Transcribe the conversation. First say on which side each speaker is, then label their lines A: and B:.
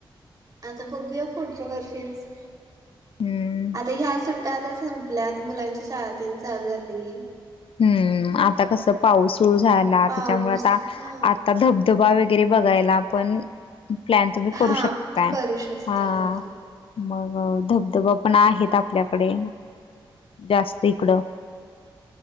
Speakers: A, on the right; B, on the left.
A: आता बघूया पुढच्या वर्षीच.
B: हम्म
A: आता ह्या सुट्ट्या आता संपल्यात आता मुलांची शाळ तेन चालू झालीये.
B: हं, आता कस पाऊस सुरू झाला
A: पाऊस
B: त्याच्यामुळे आता
A: हा
B: आता धब धबा वगैरे बघायला पण प्लॅन तुम्ही करू
A: हा
B: शकताय.
A: करू शकतोय
B: हा,
A: हो
B: मग धबधबा पण आहेत आपल्याकडे. जास्त इकडं.